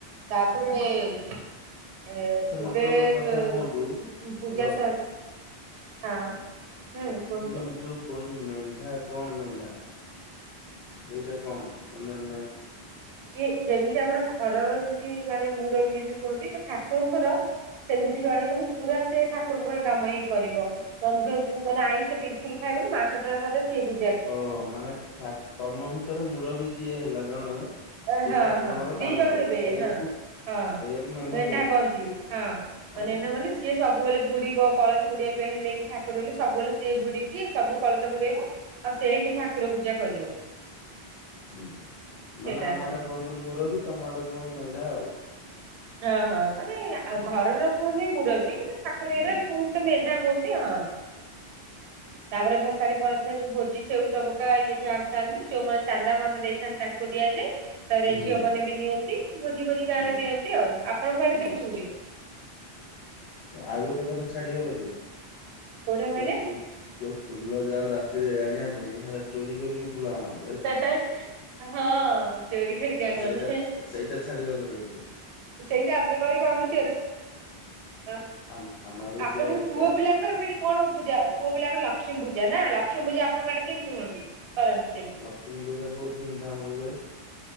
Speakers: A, on the right (about 75°); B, on the left (about 75°).
A: ତାପରେ ଏ ଏବେ
B: ମତେ ଗୋଟେ କଥା
A: ଏ
B: କୁହନ୍ତୁ
A: ପୂଜା
B: ହ୍ୟାଲୋ
A: ସରେ ହଁ ହୁଁ
B: ମତେ
A: କୁହନ୍ତୁ?
B: ଯୋଉ ଯୋଉ କୁହନ୍ତି ମେଣ୍ଢା କଣ ମେଣ୍ଢା ସେଇଟା କଣ ମାନେ ମେ?
A: ସିଏ ଯେମିତି ଆମର ଘରର ଏମିତି ଜଣେ ମୁରବି ଯେମିତି କୁହନ୍ତି ତ ଠାକୁରଙ୍କର ସେମିତି ଜଣେ ମାନେ ପୁରା ସେ ଠାକୁରଙ୍କ ପାଇଁ କାମ ହିଁ କରିବ। ନନଭେଜ ଜମା ଆଇଁଷ ବିଲକୁଲ ଖାଇବନି ମାସଟା ଯାଙ୍କରେ ସିଏ ବୁଝ
B: ଓହୋ ମାନେ ଠା ତମ ଭିତରେ ମୁରବି ଯିଏ ହେଲା ଜଣେ
A: ଅ
B: ସିଏ
A: ହଁ
B: ଠାକୁରଙ୍କର
A: ହଁ ଦି
B: କାମ
A: ଜଣ
B: କରିବ
A: ହେବେ
B: ସେଇଆକୁ
A: ହଁ। ହଁ
B: ସେଇଆକୁ
A: ମେଣ୍ଢା
B: କୁହନ୍ତି
A: କହନ୍ତି ହଁ
B: ହଁ
A: ମାନେ ମେଣ୍ଢା
B: ହଁ।
A: ମାନେ ସିଏ ସବୁବେଳେ ବୁଡିବ କଳସ ବୁଡିବା ପାଇଁ ହେଲେ କି ଠାକୁର ହେଲେ ସବୁବେଳେ ସିଏ ବୁଡିକି ସବୁ କଳସ ବୁଡେଇବ। ଆଉ ସେ ହିଁ ଠାକୁର ପୂଜା କରିବ।
B: ହୁଁ ମାନେ
A: ସେଇଟା
B: ଆମ
A: ହଁ
B: ଆଡେ କୁହନ୍ତି ମୁରବି ତମ ଆଡେ କୁହନ୍ତି ମେଣ୍ଢା ଆଉ।
A: ହଁ ହଁ ମାନେ ଆଉ
B: ହୁଁ
A: ଘରର କୁହନ୍ତି ମୁରବି କିନ୍ତୁ ଠକୁର
B: ହୁଁ
A: ଇଏରେ କୁହନ୍ତି ତ ମେଢା କୁହନ୍ତି ଆ। ତାପରେ ଭସାଣି ପରଦିନା ଯୋଉ ଭୋଜି ସେଉ ଟ ବକା ଇଏଟା ଆଥାନ୍ତି ଯୋଉମାନେ ଚାନ୍ଦା ଫାନ୍ଦା ଦେଇଥାନ୍ତି ତା କୁ ଦିଆଯାଏ। ପରେ
B: ହୁଁ
A: ଝିଅ ମାନେ ବି ନିଅନ୍ତି ଭୋଜି ଫୋଜି ଗାଁରେ
B: ହୁଁ
A: ଦିଅନ୍ତି ଆଉ। ଆପଣଙ୍କ ଆଡେ
B: ହୁଁ।
A: କେମିତି ହୁଏ?
B: ଆଉ ଗୋଟେ କଥା ଛାଡିଗଲ ଯେ
A: କୋଉଟା କହିଲେ
B: ଯୋଉ ଫୁଲ ଯୋଉ ଫୁଲ ଯାଓ ରାତିରେ ଆଣିବା ପାଇଁ ହେରା ଚୋରି କରିକି ଫୁଲ ଆଣ।
A: ହେ ହେ ହଁ ଚୋରି କରିକି
B: ଆଉ
A: ଆଣୁ
B: ସେଇଟା
A: ଆମେ।
B: ସେଇଟା ଛାଡିବା ଲଗେଇବାକୁ ପଡିବ।
A: ସେଇଠେ ଆମେ କହିବୁ ଆମେ ଚୋରଣୀ। ହ
B: ଆମ ଆମ ଆଡେ ବି
A: ଆପଣଙ୍କ
B: ସେଇଆ ଏକା।
A: ପୁଅ ପିଲାଙ୍କର ସେଇଠି। କଣ ପୂଜା ପୁଅପିଲାଙ୍କର ଲକ୍ଷ୍ମୀପୂଜା ନା ଲଷ୍ମୀପୂଜା ଆପଣଙ୍କଆଡେ କେମତି ହୁଅନ୍ତି କରନ୍ତି କେମିତି?
B: ହୁଁ ପୂଜା ବହୁତ ଧୁମଧାମ ରେ ହୁଏ।